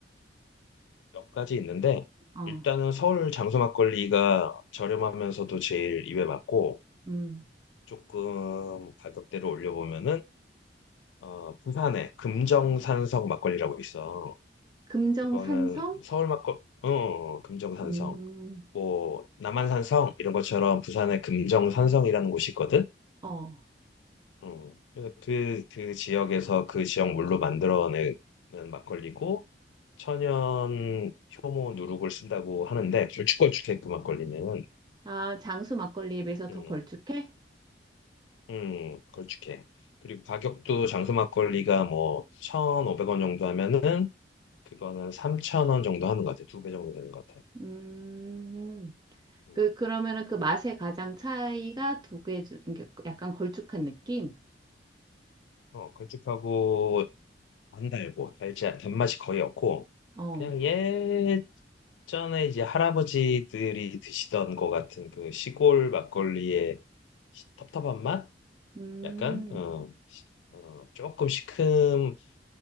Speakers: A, on the left; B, on the right.
A: 몇 가지 있는데,
B: 어,
A: 일단은 서울 장소 막걸리가 저렴하면서도 제일 입에 맞고,
B: 음.
A: 조금 가격대를 올려보면은 어, 부산에 금정산성 막걸리라고 있어.
B: 금정산성?
A: 그거는 서울 막걸, 어, 어, 어, 금정산성.
B: 음,
A: 뭐 남한산성 이런 것처럼 부산에 금정산성이라는 곳이 있거든.
B: 어.
A: 어, 그래서 그, 그 지역에서 그 지역 물로 만들어내는 막걸리고 천연 효모 누룩을 쓴다고 하는데 걸쭉걸쭉해 그 막걸리는.
B: 아, 장수 막걸리에 비해서 더
A: 음,
B: 걸쭉해?
A: 음, 걸쭉해. 그리고 가격도 장수 막걸리가 뭐 1,500원 정도 하면은 그거는 3,000원 정도 하는 것 같아. 두 배 정도 되는 것 같아.
B: 음,
A: 음.
B: 그, 그러면은 그 맛의 가장 차이가 두 개, 중- 이게 약간 걸쭉한 느낌?
A: 어, 걸쭉하고 안 달고 달지 않- 단맛이 거의 없고
B: 어,
A: 그냥 예전에 이제 할아버지들이 드시던 것 같은 그 시골 막걸리의 시- 텁텁한 맛?
B: 음,
A: 약간 어, 어, 조금 시큼한